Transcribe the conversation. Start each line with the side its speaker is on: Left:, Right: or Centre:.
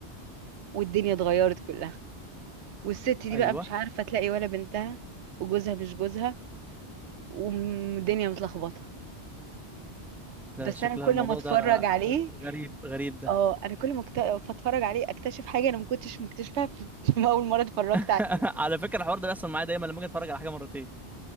Right: والدنيا اتغيرت كلها والست دي
Centre: ايوه
Right: بقى مش عارفة تلاقي ولا بنتها وجوزها مش جوزها والدنيا متلخبطة
Centre: ده
Right: بس
Centre: شكل
Right: انا كل
Centre: الموضوع
Right: ما اتفرج
Centre: ده
Right: عليه
Centre: غريب غريب ده
Right: اه انا كل ما أكت- اتفرج عليه اكتشف حاجة انا ما كنتش مكتشفها في <laughs> في اول مرة اتفرجت
Centre: <laughs>
Right: عليه
Centre: على فكره الحوار ده بيحصل معايا دايما لما اجي اتفرج على حاجه مرتين